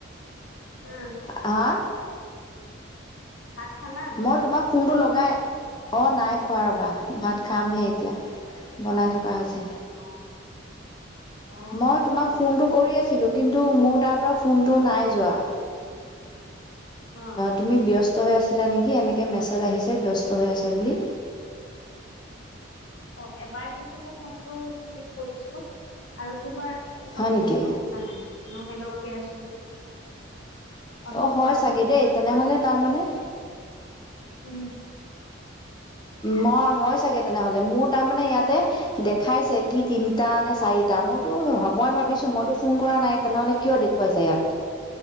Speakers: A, on the left; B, on the left.
A: উম।
B: হা।
A: ভাত খালা।
B: মই তোমাক ফোনটো লগাই অ নাই খোৱা ৰবা ভাত খামহে এতিয়া। বনাই থকা হৈছে
A: অ', অ',
B: মই তোমাক। ফোনটো কৰি আছিলোঁ কিন্তু মোৰ তাৰ পৰা ফোনটো নাই যোৱা।
A: অ',
B: তুমি ব্যস্ত হৈ আছিলা নেকি এনেকে মেছেজ আহিছে ব্যস্ত হৈ আছে বুলি।
A: অ এবাৰ কিন্তু মোৰ ফোনটো ৰিচিভ কৰিছো আৰু তোমাৰ। একো
B: হয়
A: মানো
B: নেকি
A: শব্দ শুনা নাই হেল্ল কে আছো ম। অলপ
B: অঁ হয়
A: সময়
B: চাগে
A: ৰখি
B: দেই
A: পিছত
B: তেনেহ'লে
A: মই
B: তাৰমানে
A: উম।
B: মই হয় চাগে তেনেহ'লে মোৰ তাৰমানে ইয়াতে। দেখাইছে কি তিনিটা নে চাৰিটা মইতো মই ভাবিছো মইতো ফোন কৰা নাই তেনেহ'লে। কিয় দেখুৱাইছে ইয়াত।